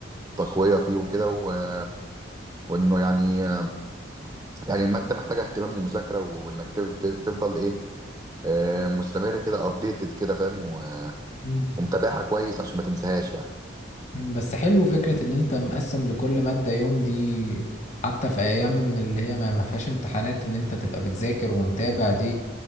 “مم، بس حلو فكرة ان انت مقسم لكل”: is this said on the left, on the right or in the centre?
Left